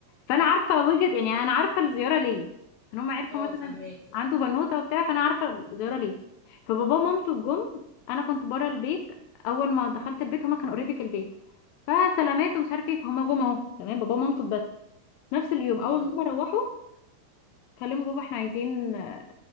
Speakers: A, on the left; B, on the left.
A: فانا عارفه وجهه يعني انا عارفه الزياره ليه عشان هم عرفوا
B: اه
A: مثلا
B: فهماك
A: عنده بنوته وبتاع فانا عارفه الزياره ليه فبابا ومامته جم انا كنت بره البيت اول ما دخلت البيت هما كانوا اوريدي في البيت فسلامات ومش عارف ايه فهما جم اهو تمام بابا ومامته بس نفس اليوم اول
B: اه
A: ما هما روحوا كلموا بابا احنا عايزين آه،